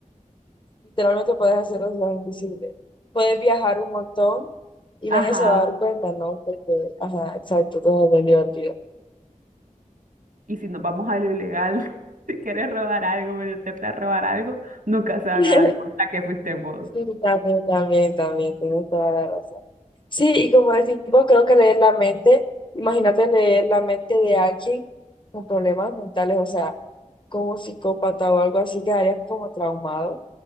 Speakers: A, on the left; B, on the right.
A: literalmente puedes hacer los dos invisibles. Puedes viajar un montón y
B: ajá,
A: nadie se va a dar cuenta, ¿no? Porque, ajá, exacto, todo es bien divertido.
B: y si nos vamos a lo ilegal, <laughs> si quieres robar algo, meterte a robar algo, nunca se haga
A: <laughs>
B: cuenta que fuiste vos.
A: Sí, también, también, también, tienes toda la razón. Sí, y como decimos, creo que leer la mente, imagínate leer la mente de alguien con problemas mentales, o sea, como un psicópata o algo así, quedarías como traumado.